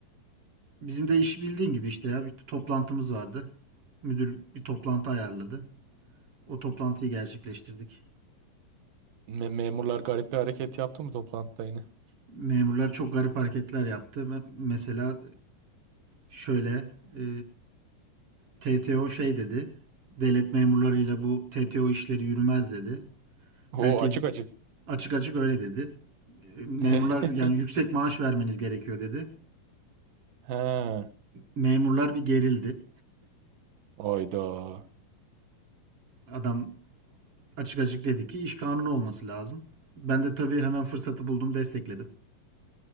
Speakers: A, on the right; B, on the right.
A: Bizim de iş bildiğin gibi işte ya. Bir toplantımız vardı. Müdür bir toplantı ayarladı. O toplantıyı gerçekleştirdik.
B: Me- memurlar garip bir hareket yaptı mı toplantıda yine?
A: Memurlar çok garip hareketler yaptı. Me- Mesela şöyle e, TTO şey dedi. Devlet memurlarıyla bu TTO işleri yürümez dedi.
B: Oo
A: Herkes
B: açık açık.
A: Açık açık öyle dedi. E, Memurlar
B: <laughs>
A: yani yüksek maaş vermeniz gerekiyor dedi.
B: He.
A: Memurlar bir gerildi.
B: Oyda.
A: Adam açık açık dedi ki iş kanunu olması lazım. Ben de tabii hemen fırsatı buldum destekledim.